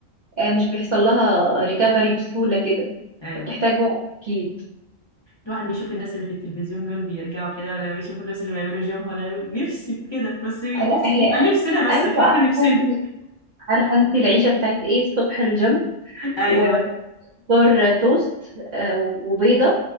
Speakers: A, on the right; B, on the left.
A: آه، مش بيحصل لها ريكفري بسهوله كده
B: ايوه
A: فبتحتاج وقت اكيد
B: الواحد بيشوف الناس اللي في التلفزيون دول بيرجعوا كده ولا بيشوف الناس اللي بيعملوا جيم ولا يقول نفسي في كده بس بيبص
A: لا
B: بيبقى
A: هي
B: نفسنا بس
A: ايوه
B: خيرنا
A: عارفه
B: نفسنا
A: انت عارفه انت العيشه بتاعت ايه الصبح الجيم
B: <laughs> ايوه
A: و-
B: ايوه
A: فطار توست آه، وبيضة